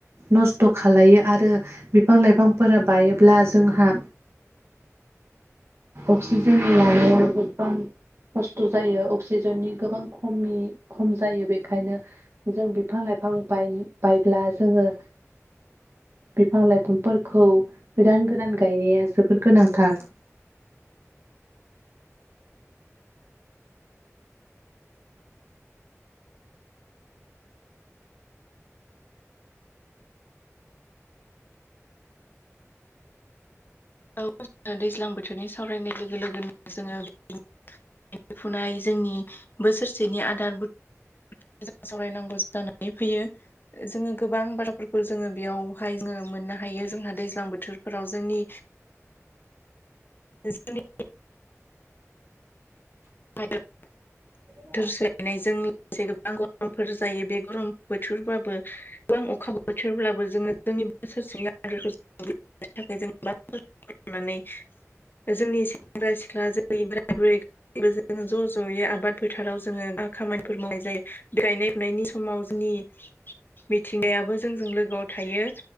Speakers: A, on the right; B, on the left.
A: नस्थ' खालायो आरो बिफां लाइफां बायोब्ला जोंहा अक्सिजेन लानायाव गोबां खस्थ' जायो। अक्सिजेननि गोबां खमि खम जायो बेखायनो जों बिफां लाइफां बाय बायब्ला जोङो बिफां लाइफांफोरखौ गोदान सोरान गायनाया जोबोर गोनांथार
B: औ दैज्लां बोथोरनि सावरायनाय लोगो लोगोनो जोङो गायनायफुनाय जोंनि बोसोरसेनि आदार बुुम सावरायनांगौ जानानै फैयो जोङो गोबां बाथ्राफोरखौ जोङो बेयावहाय जोङो मोननो हायो जोंहा दैज्लां बोथोरफोराव जोंनि ज <unintelligible> हद <unintelligible>
A: औ।
B: बोथोर सोलायनायजों लोगोसे गोबां गरमफोर जायो बे गरम बोथोरबाबो गोबां अखा बोथोरब्लाबो जोङो जोंनि बोसोर सिं आखौ थाखाय जों नानै जोंनि सेंग्रा सिख्ला जेरै बोराय बुरै जोो ज' ज'यै आबाद फोथाराव जोङो खामानिफोर मावनाय जायो बे गायनाय फुनायनि समाव जोंनि बि मिथिंनायाबो जोंजों लोगोआव थायो